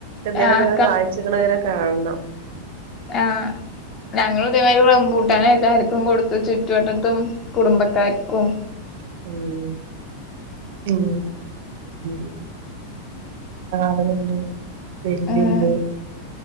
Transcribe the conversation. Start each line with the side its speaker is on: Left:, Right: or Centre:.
Right: എന്തേലൊക്കങ്ങനെ
Left: ആഹ്
Right: കാഴ്ചകൾ ഇങ്ങനെ കാണണം
Left: ആ ഞങ്ങൾ ഇതുമാതിരി റംബൂട്ടാനെ എല്ലാർക്കും കൊടുത്തു ചുറ്റുവട്ടത്തും കുടുംബക്കാർക്കും
Right: ഉം ഉം <unintelligible> പ്ലാവാളുണ്ട് നെല്ലി
Left: ഉം
Right: ണ്ട്